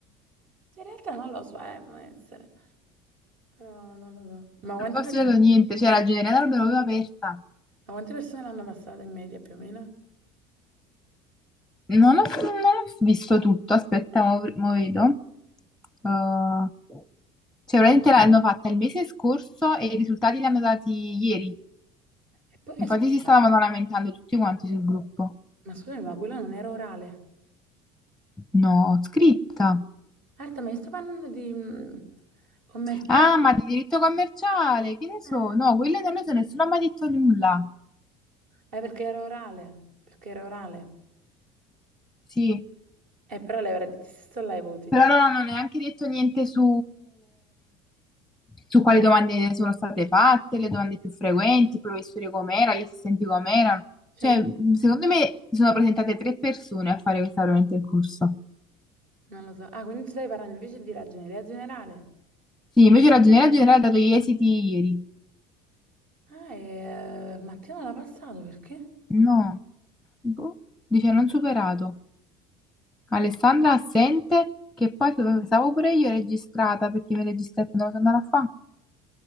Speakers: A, on the right (about 60°); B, in the centre.
A: Cioè, in realtà non lo so, eh, può essere, però non lo so. Ma quante,
B: Non
A: per-
B: ho studiato niente, c'era Generata Alberova aperta.
A: ma quante persone l'hanno passata in media più o meno?
B: Non ho, non ho visto tutto, aspetta, mo, mo vedo. Uh, cioè, veramente l'hanno fatta il mese scorso e i risultati li hanno dati ieri.
A: E poi, eh,
B: Infatti
A: scusa,
B: si
A: ma
B: stavano lamentando tutti quanti sul gruppo.
A: ma scusami, ma quello non era orale?
B: No, scritta.
A: Marta, ma io sto parlando di mm, commerciale?
B: Ah, ma di diritto commerciale, che ne so?
A: Eh,
B: No, quelle non lo so, nessuno ha mai detto nulla.
A: Eh, perché era orale, perché era orale.
B: Sì,
A: Eh, però lei avrà detto se sto là i voti.
B: però non hanno neanche detto niente su, su quali domande sono state fatte, le domande più frequenti, i professori com'era, gli assistenti com'erano.
A: Cioè,
B: Cioè,
A: ni-
B: secondo me si sono presentate tre persone a fare questa veramente il corso.
A: non lo so. Ah, quindi tu stai parlando invece di ragioneria generale.
B: Sì, invece la ragioneria generale ha dato gli esiti ieri.
A: Ah, e eh, Mattia non l'ha passato, perché?
B: No, boh, dice non superato. Alessandra assente, che poi pensavo pure io registrata perché mi registrate non sono andata a fa,